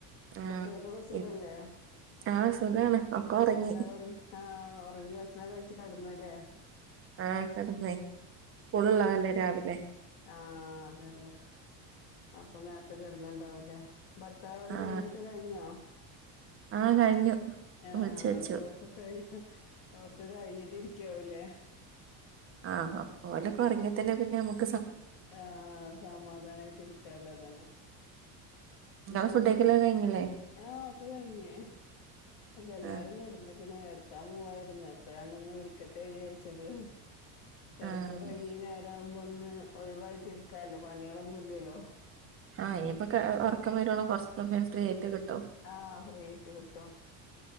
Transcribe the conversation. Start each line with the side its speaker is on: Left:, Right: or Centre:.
Right: ആഹ്
Left: കുട്ടികളൊക്കെ സുഖല്ലേ
Right: ഇ- ആഹ് സുഖാണ് ഒക്കെ ഒറങ്ങി
Left: അടുത്താളി ആ തുങ്കി ഭഷണം കഴിച്ചു കിടന്നല്ലേ
Right: ആ കട ന്നേ സ്കൂളള്ളതല്ലേ രാവിലെ
Left: ആ അതെ അതെ ആ അപ്പൊ നേരത്തെ കിടന്നണ്ടാവുംല്ലെ ഭർത്താവി ന്റെ
Right: ആഹ്
Left: വിളിയൊക്കെ കഴിഞ്ഞോ
Right: ആഹ് കഴിഞ്ഞു
Left: ആ
Right: വിളിച്ചു
Left: ആ <unintelligible>
Right: വെച്ചു
Left: ഒക്കെ കഴിഞ്ഞിട്ട് ഇരിക്കാവല്ലേ
Right: ആഹ് ഓലൊക്കെ ഉറങ്ങിയത്തല്ലേ പിന്നെനമുക്ക്
Left: ആ സമാധാനായിട്ട് ഇരിക്കാല്ലോ തന്നെ
Right: ഇങ്ങളെ
Left: പിന്നെ
Right: ഫുഡഴിക്കലൊക്കെ കഴിഞ്ഞില്ലേ
Left: ആ ഒക്കെ കഴിഞ്ഞു അപ്പൊ എല്ലാരും
Right: ആഹ്
Left: കിടന്ന ഇങ്ങനെ എടുക്കാൻ പോവായിരുന്നു അപ്പോഴാണ് ഒന്ന് വിളിക്കട്ടെ വിചാരിച്ചത് തിരക്ക്
Right: ആഹ്
Left: കഴിഞ് നേര ആവുമ്പോ ഒന്ന് ഒഴിവായിട്ട്ിരിക്കല്ലോ പണികളൊന്നുംല്ലല്ലോ
Right: ആഹ് ഇനിയിപ്പൊ ഉറക്കം വരുോണം കൊറച്ച് സമയം ഫ്രീ ആയിട്ട് കിട്ടും
Left: ആ ഫ്രീ ആയിട്ട് കിട്ടും